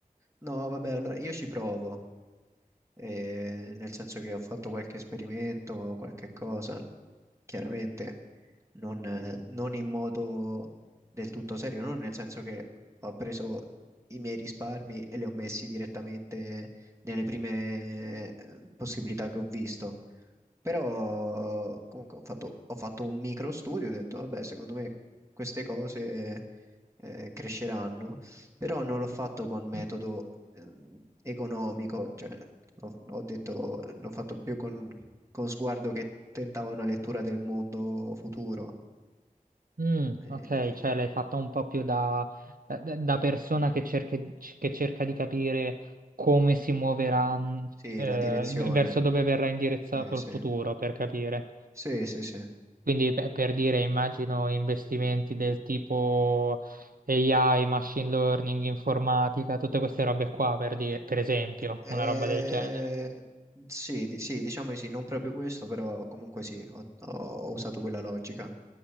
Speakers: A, on the right (about 20°); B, on the right (about 80°).
A: no, vabbè, allora io ci provo, eh, nel senso che ho fatto qualche esperimento, qualche cosa, chiaramente non, eh, non in modo del tutto serio, non nel senso che ho preso i miei risparmi e li ho messi direttamente nelle prime eh, possibilità che ho visto, però comunque ho fatto, ho fatto un micro studio, ho detto, vabbè, secondo me queste cose eh, cresceranno, però non l'ho fatto con metodo
B: Mhm.
A: ehm, economico, cioè ho, ho detto, l'ho fatto più con, con sguardo che tentava una lettura del mondo futuro.
B: Mm,
A: Eh,
B: ok, cioè l'hai fatto un po' più da, da- da persona che cerca, che cerca di capire come si muoverà, mh,
A: sì,
B: eh,
A: la direzione,
B: verso dove verrà indirizzato
A: sì, sì,
B: il futuro, per capire.
A: sì, sì, sì.
B: Quindi pe- per dire, immagino investimenti del tipo AI, machine learning, informatica, tutte queste robe qua, per dire, per esempio,
A: Eh,
B: una roba del genere.
A: sì, di- sì, diciamo di sì, non proprio questo, però comunque sì, ho, ho- ho usato quella logica.